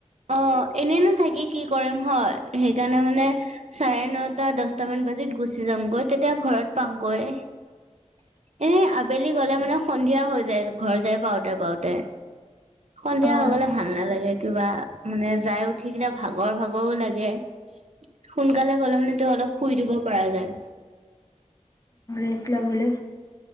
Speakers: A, on the right (about 65°); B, on the left (about 25°).
A: অ এনেই ন থাকি কি কৰিম হয় সেইকাৰণে মানে চাৰে নটা দচটা মান বাজিত গুচি যাম গৈ তে এতিয়া ঘৰত পামগৈ এনে আবেলি গ'লে মানে সন্ধিয়া হৈ যায় ঘৰ যায় পাওঁতে পাওঁতে, সন্ধিয়া
B: অ
A: হৈ গলে ভাল নালাগে কিবা। মানে যাই উঠি কিনে ভাগৰ ভাগৰো লাগে। সোনকালে গ'লে মানে তেওঁ অলপ শুই ধব পৰা যায়।
B: অ ছলা বুলি